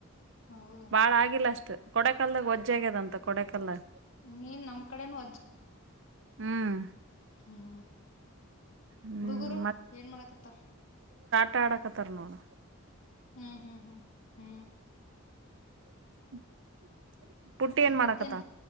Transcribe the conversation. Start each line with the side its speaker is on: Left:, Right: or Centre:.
Left: ಹೌದನು
Right: ಬಾಳ ಆಗಿಲ್ಲ ಅಷ್ಟು ಕೊಡೇಕಲ್ಲದಾಗ ವಜ್ಜ ಆಗೇದಂತ ಕೊಡೇಕಲ್ದಾಗ್
Left: ನೀನ್ ನಮ್ ಕಡೆನು
Right: <unintelligible>
Left: ಹುಂ
Right: ಹ್ಮ್
Left: ಹುಡುಗುರು ಏನ್ ಮಾಡಕತರ
Right: ಟಡಕತ್ರ್ ನೋಡು
Left: ಹು-ಹು-ಹು-ಹೂ
Right: <unintelligible>
Left: ಮತ್ತೇನ್
Right: ಮಾಡಾಕತ್ತ